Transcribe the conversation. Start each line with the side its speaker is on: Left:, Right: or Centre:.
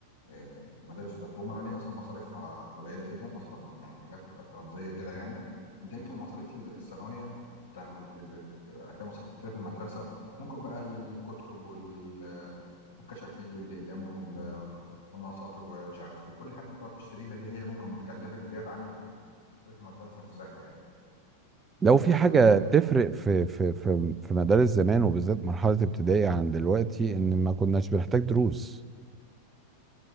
Left: آه، مدارس حكومة اللي هي أصلا مصاريفها قليلة جدا أصلا يعني حاجات رمزية كده يعني أنت يمكن المصاريف الثانوية بتاع الم- اللي بيبقى فيها مصاريف كتيرة في المدرسة ممكن بقى الكتب وال- والكشاكيل والأقلام وال- والمساطر ومش عارف إيه كل الحاجات اللي بتقعد تشتريها دي هي ممكن بتكلفك زيادة عن مصاريف المدرسة نفسها يعني
Right: لو
Left: و
Right: في حاجة تفرق في في في في مدارس زمان وبالذات مرحلة ابتدائي عن دلوقتي إن ما كناش بنحتاج دروس